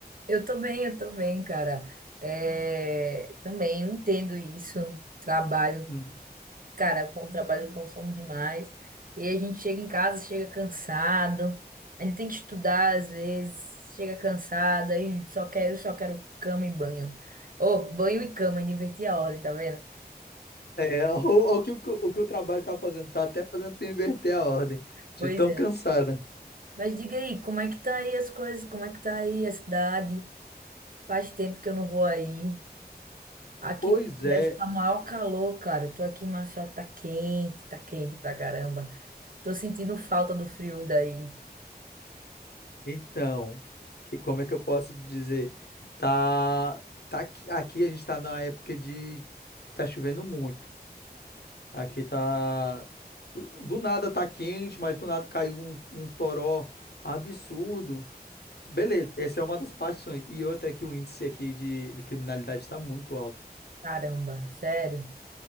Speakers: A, on the right (about 55°); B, on the left (about 75°).
A: Eu tô bem, eu tô bem, cara. É, Também eu entendo isso. Trabalho,
B: Uhum.
A: cara, com o trabalho consome demais. E aí a gente chega em casa, chega cansado. A gente tem que estudar às vezes, chega cansado, aí só quero, só quero cama e banho. Ô, banho e cama, inverti a ordem, tá vendo?
B: É, o, o que, o, o que o trabalho tá fazendo, tá até fazendo tu inverter a ordem, de
A: Pois
B: tão
A: é.
B: cansada.
A: Mas diga aí, como é que tá aí as coisas? Como é que tá aí a cidade? Faz tempo que eu não vou aí. Aqui
B: Pois
A: no Nordeste
B: é,
A: tá maior calor, cara. Eu tô aqui em Maceió, tá quente, tá quente pra caramba. Tô sentindo falta do frio daí.
B: então, que, como é que eu posso te dizer? Tá, tá aqui, aqui a gente tá na época de que tá chovendo muito. Aqui tá, do, do nada tá quente, mas do nada caiu um, um toró absurdo. Beleza, essa é uma das partes. E outra é que o índice aqui de, de criminalidade está muito alto.
A: Caramba, sério.